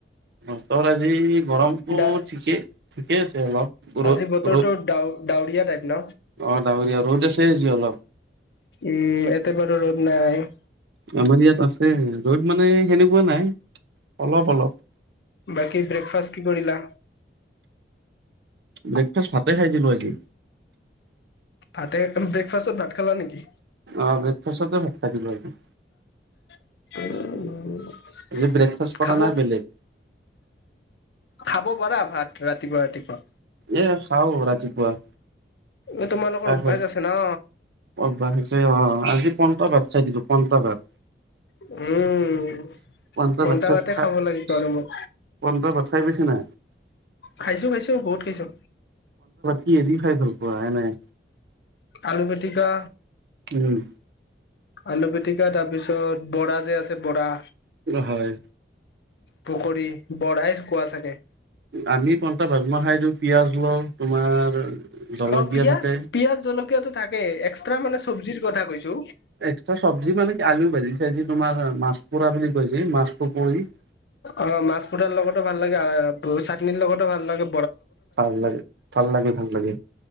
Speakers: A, on the right; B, on the left.
A: বতৰ আজি গৰমটো
B: ডা
A: ঠিকেই ঠিকে আছে অলপ ৰদ
B: আজি বতৰটো
A: অ
B: ডাও ডাৱৰীয়া টাইপ ন
A: ডাৱৰীয়া ৰ'দ আছে যি অলপ
B: উম এতে বাৰু ৰ'দ নাই
A: আমাৰ ইয়াত আছে ৰ'দ মানে সেনেকুৱা নাই অলপ অলপ
B: বাকি ব্ৰেকফাষ্ট কি কৰিলা
A: ব্ৰেকফাষ্ট ভাতে খাই দিলো আজি
B: ভাতে ব্ৰেকফাষ্টত ভাত খালা নেকি
A: অ ব্ৰেকফাষ্ট তে ভাত খাই দিলোঁ আজি
B: <inaudible>
A: যে ব্ৰেকফাষ্ট কৰা
B: খাব
A: নাই বেলেগ
B: খাব পাৰা ভাত ৰাতিপুৱা ৰাতিপুৱা
A: এ খাও ৰাতিপুৱা
B: এই তোমালোকৰ
A: প্ৰায়
B: অভ্যাস
A: হয়।
B: আছে ন
A: অভ্যাস হৈছে অ আজি পন্ন্তা ভাত চাইিলো পন্ন্তা ভাত
B: উম
A: <unintelligible>
B: পন্টা ভাতে খাব লাগে গৰমত খাইছো খাইছো বহুত খাইছো
A: কি এদি খাই ভাল পোৱা হে নাই
B: আলু পিটিকা
A: উম
B: আলু পিতিকা তাৰপিছত বৰা যে আছে বৰা
A: হয়
B: পুখুৰী বৰাই কোৱা চাগে
A: আমি পন্তা ভাট ম খাইটো পিযয়াজ লওঁ তোমাৰ জলকীয়া
B: অ পিয়াজ
A: থাকে
B: পিয়াজ জলকীয়াটো থাকেই এক্সট্ৰা মানে চব্জিৰ কথা কৈছো
A: এক্সট্ৰা চবজি মানে কি আলু ভাজি চাজি তোমাৰ মাছ পোৰা বুলি কৈছে মাছ <unintelligible>
B: অ মাছ পতাৰ লগতো ভাল লাগে চাটনিৰ লগতো ভাল লাগে
A: ভাল লাগে, ভাল লাগে, ভাল লাগে